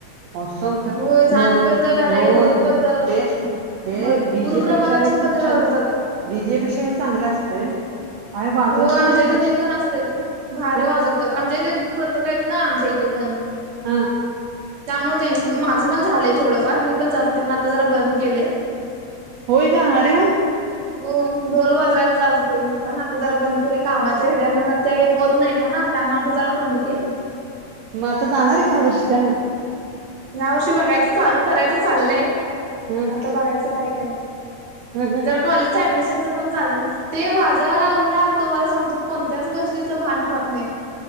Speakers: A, on the right (about 80°); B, on the right (about 50°).
A: <unintelligible> खरं
B: हो झांज
A: ढोल
B: पथक आले
A: ढोल
B: पथक
A: ते हे
B: भरपूर
A: डीजे
B: प्रमाणाच्या
A: पेक्षा हे
B: मध्ये
A: खूप छान
B: वाजवतात
A: डीजे पेक्षा हे चांगलं असतंय. काय वाजवतात
B: हो आमच्या
A: माहिती
B: इथे
A: का
B: ते पण असतय भारी
A: ह
B: वाजवतात आमच्या इथे पथक आहेत ना आमच्या इथे पण.
A: हा.
B: त्यामुळे त्यानी माझं पण झालंय थोडंफार मी पण जात होते पण आता जरा बंद केलय.
A: होय का अरे वा.
B: हो ढोल वाजवायला जात होते मी पण आत जरा बंद केलय कामाच्या हे जान ते होत नाहीत ना त्यामुळे आता जरा बंद केलय.
A: मग आता जाणार काय ह्या वर्षी काय नाही?
B: ह्या वर्षी बघायचं चालू करायचं चाललंय
A: हम्
B: आता बघायचं काय काय.
A: हम् हम
B: जरा कॉलेजच ऍडमिशनच पण चालू ना ते वाजायला लागल ना तुम्हाला सांगतो कोणत्याच गोष्टीच भान राहत नाही.